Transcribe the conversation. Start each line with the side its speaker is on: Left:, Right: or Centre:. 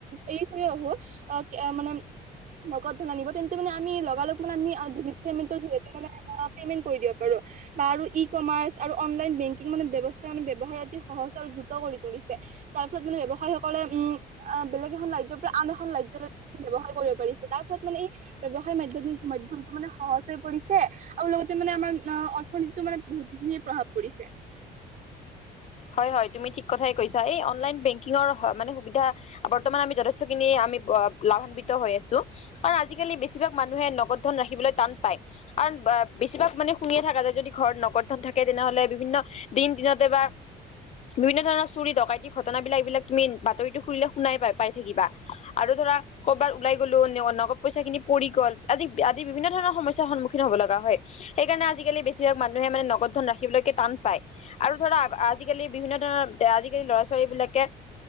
Right: এৰি থৈও আহো অ' মানে নগদ ধন আনিব, তেন্তে মানে আমি লগা লগ মানে আমি <unintelligible> জৰিয়তে মানে পেমেণ্ট কৰি দিব পাৰো। বা আৰু ই কমাৰ্চ আৰু অনলাইন বেংকিং মানে ব্যৱস্থাই মান ব্যৱসায়ত অতি সহজ আৰু দ্ৰুত কৰি তুলিছে। যাৰ ফলত মানে ব্যৱসায়ী সকলে উম, আ বেলেগ এখন ৰাজ্যৰ পৰা আন এখন ৰাজ্যলৈ ব্যৱসায় কৰিব পাৰিছে। তাৰ ফলত মানে এই ব্যৱসায় মাধ্য -মধ্যমটো মানে সহজ হৈ পৰিছে আৰু লগতে মানে আমাৰ অ অৰ্থনীতিতো মানে বহুতখিনিয়ে প্ৰভাৱ পৰিছে।
Left: হয় হয়, তুমি থিক কথাই কৈছা। এই অনলাইন বেংকিংৰ হ' মানে সুবিধা বৰ্তমান আমি যথেষ্টখিনি আমি ব লাভান্বিত হৈ আছো আৰু আজিকালি বেছিভাগ মানুহে নগদ ধন ৰাখিবলৈ টান পায় কাৰণ বা বেছিভাগ মানে শুনিয়ে থাকা যায় যদি ঘৰত নগদ ধন থাকে তেনেহলে বিভিন্ন দিন- দিনতে বা বিভিন্ন ধৰণৰ চুৰি -ডকাইতি ঘটনাবিলাক এইবিলাক তুমি বাতৰিতো খুলিলে শুনাই পাই- পাই থাকিবা আৰু আৰু ধৰা কবাত ওলাই গ'লো নগদ পইচা খিনি পৰি গ'ল আদি -আদি বিভিন্ন ধৰণৰ সমস্যাৰ সন্মুখীন হব লগা হয়। সেইকাৰণে আজিকালি বেছিভাগ মানুহে মানে নগদ ধন ৰাখিবলৈকে টান পায় আৰু ধৰা আ আজিকালি বিভিন্ন ধৰণৰ আজিকালি ল'ৰা- ছোৱালী বিলাকে